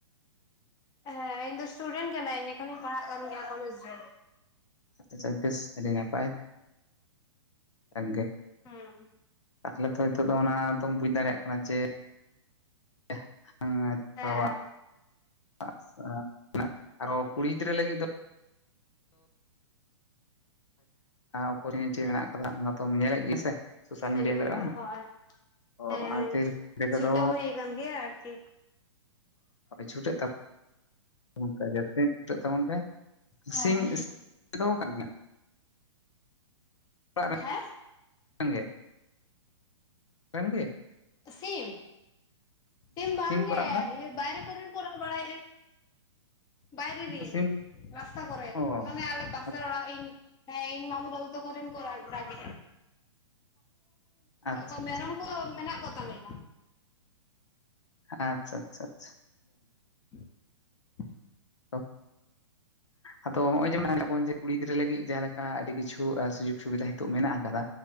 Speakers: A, on the left; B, on the left.
A: ᱦᱮᱸ ᱤᱧ ᱫᱚ ᱤᱥᱴᱩᱰᱮᱱᱴ ᱠᱟᱱᱟᱹᱧ ᱮᱠᱷᱚᱱ ᱤᱧ ᱯᱟᱲᱦᱟᱜ ᱠᱟᱱ ᱜᱮᱭᱟ ᱠᱚᱞᱮᱡᱽ ᱨᱮ
B: ᱟᱪᱪᱷᱟ <unintelligible> ᱟᱹᱰᱤ ᱱᱟᱯᱟᱭ ᱡᱟᱠ ᱜᱮ
A: ᱦᱩᱸ
B: ᱛᱟᱦᱚᱞᱮ ᱛᱚ ᱱᱤᱛᱚᱜ ᱫᱚ ᱚᱱᱟ ᱛᱚᱢ ᱵᱩᱡ ᱫᱟᱲᱮᱭᱟᱜ ᱠᱟᱱᱟ ᱡᱮ <unintelligible>
A: ᱦᱮᱸ
B: ᱟᱨ ᱦᱚᱸᱠᱩᱲᱤ ᱜᱤᱫᱽᱨᱟᱹ ᱞᱟᱹᱜᱤᱫ ᱫᱚ ᱩᱯᱚᱨ ᱱᱤᱪᱮ ᱢᱮᱱᱟᱜ ᱟᱠᱟᱫᱟ ᱚᱱᱟ ᱫᱚᱢ ᱧᱮᱞ ᱮᱫ ᱜᱮᱭᱟ ᱥᱮ ᱥᱳᱥᱟᱞ
A: ᱢᱮᱱᱟᱜ
B: ᱢᱤᱰᱤᱭᱟ
A: ᱟᱠᱟᱜᱟ
B: ᱠᱚᱨᱮ ᱵᱟᱝ
A: ᱦᱳᱭ
B: ᱛᱚ
A: ᱦᱮᱸ
B: ᱚᱱᱟ ᱠᱷᱟᱹᱛᱤᱨ ᱠᱚᱫᱚ
A: ᱪᱷᱩᱴᱟᱹᱣ ᱦᱩᱭ ᱟᱠᱟᱱ ᱜᱮᱭᱟ ᱟᱨᱠᱤ
B: ᱦᱳᱭ ᱪᱷᱩᱴᱟᱹᱜ <unintelligible> ᱚᱱᱠᱟ ᱜᱮ ᱡᱟᱹᱥᱛᱤ ᱪᱷᱩᱴᱟᱹᱜ ᱛᱟᱵᱚᱱ ᱯᱮ <unintelligible>
A: ᱦᱳᱭ
B: <unintelligible> ᱜᱮᱭᱟ ᱚᱲᱟᱜ
A: ᱦᱮ
B: <unintelligible> <unintelligible>
A: ᱥᱤᱢ ᱥᱤᱢ ᱵᱟᱝᱜᱮ
B: ᱠᱚ ᱨᱟᱜ ᱮᱫᱟ
A: ᱵᱟᱭᱨᱮ ᱠᱚᱨᱮᱱ ᱠᱚ ᱨᱟᱜ ᱵᱟᱲᱟᱭᱮᱜᱼᱟ ᱵᱟᱭᱨᱮ
B: ᱩᱱᱠᱩ
A: ᱨᱤᱱ
B: ᱥᱤᱢ
A: ᱨᱟᱥᱛᱟ ᱠᱚᱨᱮ
B: ᱚ
A: ᱢᱟᱱᱮ ᱟᱞᱮ <unintelligible> <unintelligible>
B: ᱟᱪᱪᱷᱟ
A: ᱤᱧ ᱤᱧ ᱢᱟᱢᱩ ᱵᱟᱹᱵᱩ ᱛᱟᱠᱚᱨᱮᱱ ᱠᱚ ᱨᱟᱜᱮᱜ
B: ᱟᱪᱪᱷᱟ
A: ᱟ᱾
B: ᱟᱪᱪᱷᱟ
A: ᱢᱮᱨᱚᱢ ᱠᱚ ᱢᱮᱱᱟᱜ ᱠᱚ ᱛᱟᱞᱮᱭᱟ
B: ᱟᱪᱪᱷᱟ ᱪᱷᱟ ᱪᱷᱟ
A: <unintelligible>
B: <unintelligible> ᱟᱫᱚ ᱱᱚᱜᱼᱚᱭ ᱡᱮ <unintelligible> ᱠᱩᱲᱤ ᱜᱤᱫᱽᱨᱟᱹ ᱞᱟᱹᱜᱤᱫ ᱡᱟᱦᱟᱸ ᱞᱮᱠᱟ ᱟᱹᱰᱤ ᱠᱤᱪᱷᱩ ᱥᱩᱡᱳᱜᱽ ᱥᱩᱵᱤᱫᱷᱟ ᱱᱤᱛᱚᱜ ᱢᱮᱱᱟᱜ ᱟᱠᱟᱫᱟ